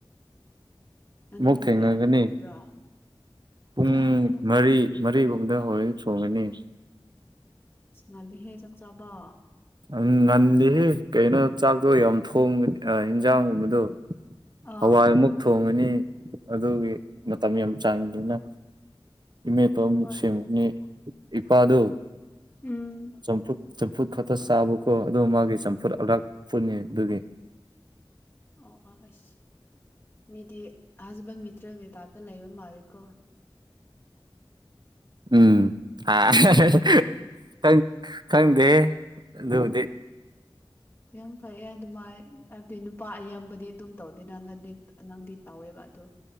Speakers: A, on the left; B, on the right.
A: ꯅꯪꯗꯤ
B: ꯑꯃꯨꯛ
A: ꯄꯨꯡ
B: ꯊꯦꯡꯅꯒꯅꯤ
A: ꯀꯌꯥꯗ ꯊꯣꯡꯕ꯭ꯔꯥ
B: ꯄꯨꯡ
A: ꯑꯂ ꯑꯃꯨꯛ
B: ꯃꯔꯤ ꯃꯔꯤꯒꯨꯝꯗ ꯍꯣꯔꯦꯟ ꯆꯣꯡꯒꯅꯤ
A: ꯏꯁ ꯉꯟꯂꯤꯍꯦ ꯆꯥꯛ ꯆꯥꯕ
B: ꯑ ꯉꯟꯗꯦꯍꯦ ꯀꯩꯅꯣ ꯆꯥꯛꯇꯣ ꯌꯥꯝ ꯊꯣꯡꯕ ꯑ ꯍꯤꯟꯖꯥꯡꯒꯨꯝꯕꯗꯣ
A: ꯑꯥ
B: ꯍꯋꯥꯏ ꯑꯃꯨꯛ ꯊꯣꯡꯉꯅꯤ ꯑꯗꯨꯒꯤ ꯃꯇꯝ ꯌꯥꯝ ꯆꯥꯡꯅꯤꯅ ꯏꯃꯦꯐꯝ
A: ꯍꯣꯏ
B: ꯁꯦꯝꯕꯅꯤ ꯏꯄꯥꯗꯨ
A: ꯎꯝ
B: ꯆꯝꯐꯨꯠ ꯆꯐꯨꯠ ꯈꯛꯇ ꯆꯥꯕꯀꯣ ꯑꯗꯨ ꯃꯥꯒꯤ ꯆꯝꯐꯨꯠ ꯑꯔꯛ ꯐꯨꯠꯅꯤ ꯑꯗꯨꯒꯤ
A: ꯑꯣ ꯑꯣ ꯑꯁ ꯃꯤꯗꯤ ꯍꯁꯕꯦꯟ ꯃꯤꯇ꯭ꯔꯦꯜ ꯒꯤ ꯇꯥꯏꯞꯇ ꯂꯩꯕ ꯃꯥꯜꯂꯤꯀꯣ
B: ꯎꯝ ꯑꯥ <unintelligible> ꯈꯪ ꯈꯪꯗꯦꯍꯦ ꯑꯗꯨꯕꯨꯗꯤ
A: ꯌꯥꯝ ꯐꯩ ꯑꯗꯨꯃꯥꯏ ꯍꯥꯏꯕꯗꯤ ꯅꯨꯄꯥ ꯑꯌꯥꯝꯕꯗꯤ ꯑꯗꯨꯝ ꯇꯧꯗꯦꯅ ꯅꯗꯤ ꯅꯪꯗꯤ ꯇꯧꯋꯦꯕ ꯑꯗꯨ